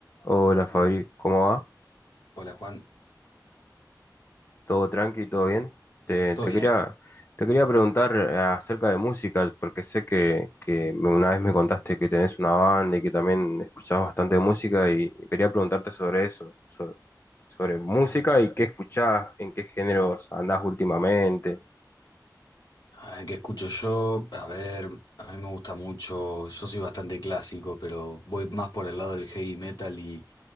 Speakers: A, on the left; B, on the left.
A: Hola Fabri, ¿cómo va?
B: Hola Juan,
A: ¿Todo tranqui? ¿Todo bien? Te,
B: ¿todo
A: te
B: bien?
A: quería, te quería preguntar eh, acerca de música, porque sé que, que me- una vez me contaste que tenés una banda y que también escuchás bastante música y quería preguntarte sobre eso, sobre, sobre música y qué escuchás, en qué géneros andás últimamente.
B: Ah, ¿Qué escucho yo? A ver, a mí me gusta mucho, yo soy bastante clásico, pero voy más por el lado del heavy metal y,